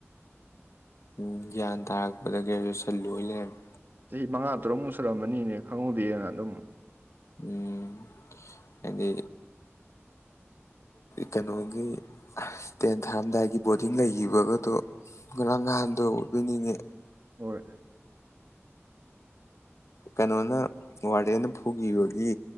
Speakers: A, on the left; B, on the right.
A: ꯎꯝ ꯒ꯭ꯌꯥꯟ ꯇꯥꯔꯛꯄꯗ ꯒ꯭ꯔꯦꯁꯨꯁꯟ ꯂꯣꯏ ꯂꯩꯔꯝꯃꯦ
B: ꯑꯩ ꯃꯉꯥ ꯇꯔꯨꯛ ꯃꯨꯁꯜꯛꯑꯃꯅꯤꯅꯦ ꯈꯪꯍꯨꯗꯦꯅ ꯑꯗꯨꯝ
A: ꯎꯝ ꯍꯥꯏꯗꯤ ꯀꯩꯅꯣꯒꯤ ꯇꯦꯟ ꯊꯥꯔꯝꯗꯥꯏꯒꯤ ꯕꯣꯔꯗꯤꯡ ꯂꯩꯈꯤꯕꯒꯗꯣ ꯉꯔꯥꯡ ꯅꯍꯥꯟꯗ ꯑꯣꯏꯕꯣꯏꯅꯤꯡꯑ
B: ꯍꯣꯏ
A: ꯀꯩꯅꯣꯅ ꯋꯥꯔꯗꯦꯟꯅ ꯐꯨꯈꯤꯕꯒꯤ